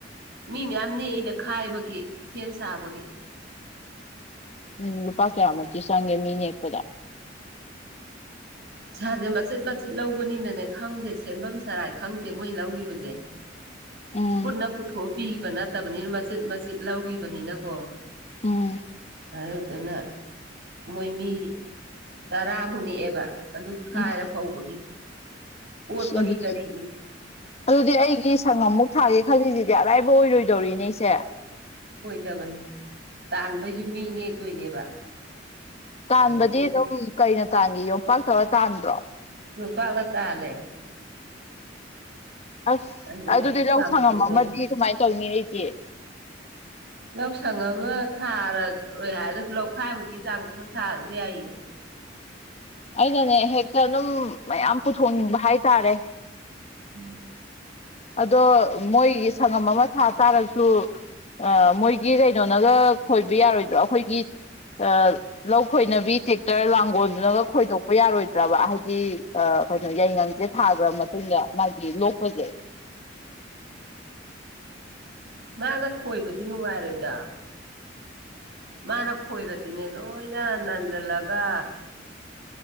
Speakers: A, on the right (about 60°); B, on the left (about 35°).
A: ꯃꯤ ꯃꯌꯥꯝ ꯅꯦꯛ ꯏꯗ ꯈꯥꯏꯕꯒꯤ ꯁꯦꯝ ꯁꯥꯕꯒꯤ
B: ꯎꯝ ꯂꯨꯄꯥ ꯀꯌꯥꯃꯨꯛꯇꯤ ꯆꯪꯒꯦ ꯃꯤ ꯅꯦꯛꯄꯗ
A: ꯄꯩꯁꯥꯖꯦ ꯃꯆꯤꯠ ꯃꯆꯤꯠ ꯂꯧꯕꯅꯤꯅꯅꯦ ꯈꯪꯗꯦ ꯁꯦꯝꯕꯝ ꯁꯔꯥꯏ ꯈꯪꯗꯦ ꯃꯣꯏ ꯂꯧꯒꯤꯕꯖꯦ
B: ꯎꯝ
A: ꯄꯨꯟꯅ ꯄꯨꯊꯣꯛ ꯑ ꯄꯤꯒꯤꯕ ꯅꯠꯇꯕꯅꯤꯅ ꯃꯆꯤꯠ ꯃꯆꯤꯠ ꯂꯧꯒꯤꯕꯅꯤꯅꯀꯣ
B: ꯎꯝ
A: ꯑꯗꯨꯗꯨꯅ ꯃꯣꯏ ꯃꯤ ꯇꯔꯥꯃꯨꯛ ꯅꯦꯛꯑꯦꯕ ꯑꯗꯨ ꯈꯥꯏꯔ
B: ꯎꯝ
A: ꯐꯧꯕꯒꯤ ꯑꯣꯠꯄꯒꯤ
B: ꯑꯗꯨꯗꯤ
A: ꯀꯔꯤꯒꯤ
B: ꯑꯗꯨꯗꯤ ꯑꯩꯒꯤ ꯁꯪꯉꯝ ꯃꯨꯛ ꯊꯥꯒꯦ ꯈꯜꯂꯤꯖꯤꯗꯤ ꯑꯔꯥꯏꯕ ꯑꯣꯏꯔꯣꯏꯗꯧꯔꯤꯅꯦ ꯏꯆꯦ
A: ꯑꯣꯏꯗꯕꯅꯦ ꯇꯥꯟꯕꯩꯖꯨ ꯃꯤ ꯅꯦꯛꯇꯣꯏꯅꯦꯕ
B: ꯇꯥꯟꯕꯗꯤ
A: ꯑꯗꯒꯤ
B: ꯑꯗꯨꯝ ꯀꯩꯅ ꯇꯥꯟꯒꯦ ꯌꯣꯝꯄꯥꯛ ꯇꯧꯔ ꯇꯥꯟꯕ꯭ꯔꯣ
A: ꯌꯣꯠꯄꯥꯛꯅ ꯇꯥꯜꯂꯦ
B: ꯑꯁ
A: ꯑꯗꯨꯒ
B: ꯑꯗꯨꯗꯤ ꯂꯧ
A: ꯆꯥꯝꯊꯣꯛꯇꯣꯏꯅꯤ
B: ꯁꯪꯉꯝ ꯑꯃꯗꯤ ꯀꯃꯥꯏꯅ ꯇꯧꯅꯤ ꯑꯩꯗꯤ
A: ꯂꯧ ꯁꯪꯉꯝ ꯑꯃ ꯊꯥꯔꯔꯣꯏ ꯍꯥꯏꯔꯒꯁꯨ ꯂꯧꯈꯥꯏꯃꯨꯛꯀꯤ ꯆꯥꯡ ꯈꯛ ꯊꯥꯔꯖꯨ ꯌꯥꯏꯌꯦ
B: ꯑꯩꯅꯅꯦ ꯍꯦꯛꯇ ꯑꯗꯨꯝ ꯃꯌꯥꯝ ꯄꯨꯊꯣꯛꯅꯤꯡꯕ ꯍꯥꯏꯇꯥꯔꯦ
A: ꯎꯝ
B: ꯑꯗꯣ ꯃꯣꯏꯒꯤ ꯁꯪꯉꯝ ꯑꯃ ꯊꯥ ꯇꯥꯔꯁꯨ ꯑ ꯃꯣꯏꯒꯤ ꯀꯩꯅꯣꯅꯒ ꯈꯣꯏꯕ ꯌꯥꯔꯣꯏꯗ꯭ꯔꯣ ꯑꯩꯈꯣꯏꯒꯤ ꯑꯥ ꯂꯧ ꯈꯣꯏꯅꯕꯤ ꯇꯦꯛꯇꯔ ꯂꯥꯡꯒꯣꯜꯗꯨꯅꯒ ꯈꯣꯏꯗꯣꯛꯄ ꯌꯥꯔꯣꯏꯗ꯭ꯔꯕ ꯍꯥꯏꯗꯤ ꯌꯥꯏꯉꯪꯖꯦ ꯊꯥꯈꯒ꯭ꯔ ꯃꯇꯨꯡꯗ ꯃꯥꯒꯤ ꯂꯣꯛꯄꯖꯦ
A: ꯃꯥꯅ ꯈꯣꯏꯕꯗꯤ ꯅꯨꯡꯉꯥꯏꯔꯣꯏꯗ ꯃꯥꯅ ꯈꯣꯏꯔꯗꯤꯅꯦ ꯂꯣꯏꯅ ꯅꯥꯟꯖꯜꯂꯒ